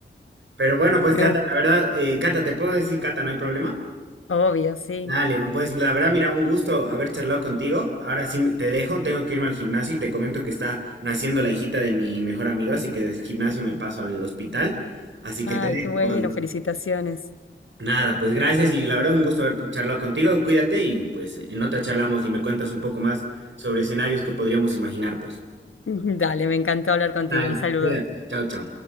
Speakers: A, on the right; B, on the left.
A: Pero bueno, pues
B: Me
A: Cata,
B: gusta.
A: la verdad, eh, Cata, ¿te puedo decir Cata, no hay problema?
B: Obvio, sí.
A: Dale, un- pues la verdad, mira, un gusto haber charlado contigo. Ahora sí me- te dejo, tengo que irme al gimnasio y te comento que está naciendo la hijita de mi mejor amigo, así que del gimnasio me paso al hospital. Así
B: Ay,
A: que te dejo
B: qué bueno,
A: por hoy.
B: felicitaciones.
A: Nada, pues gracias y la verdad, un gusto haber charlado contigo. Cuídate y pues en otra charlamos y me cuentas un poco más sobre escenarios que podríamos imaginar, pues.
B: <laughs> Dale, me encantó hablar contigo.
A: Dale,
B: Un saludo.
A: cuídate. Chao, chao.